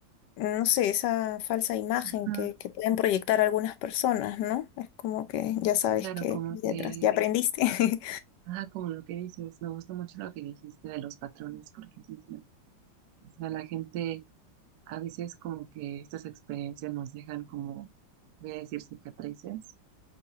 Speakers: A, on the left; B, on the right.
A: no sé, esa falsa imagen
B: Ajá,
A: que, que pueden proyectar algunas personas, ¿no? Es como que ya sabes
B: sí, claro,
A: que
B: como
A: hay
B: que,
A: detrás, ya aprendiste. <laughs>
B: ah, como lo que dices, me gustó mucho lo que dijiste de los patrones, porque sí, es cierto. O sea, la gente. A veces como que estas experiencias nos dejan como, voy a decir, cicatrices